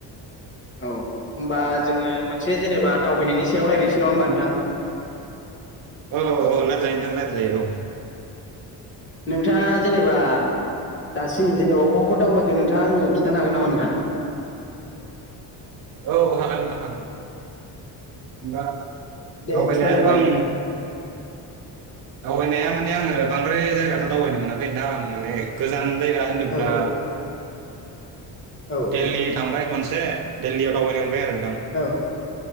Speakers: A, on the left; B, on the right.
A: औ होमबा जोङो मोनसे जेनेबा दावबायनायनि सायाव रायलायनोसै नङा होमबा नोंथां?
B: औ औ औ रालायजायो नोंथां रालायजायो औ।
A: नोंथांङा जेनेबा दासिम जेनेबा अबाव अबाव दावबायखो नोंथाङा आंनो खिन्थानो हागोन नामा नोंथां?
B: औ हागोन नोंथां हागोन। दा
A: दे
B: दावबायनायाथ'
A: खिन्थालाय होमबा
B: आं
A: नोंथां
B: दावबायनाया माने आंङो बांद्राय जायगाथ' दावबायनो मोनाखै नोंथां आं माने गोजान जायगा होनोब्ला
A: औ औ औ
B: दिल्ली थांबाय खनसे <unintelligible>
A: औ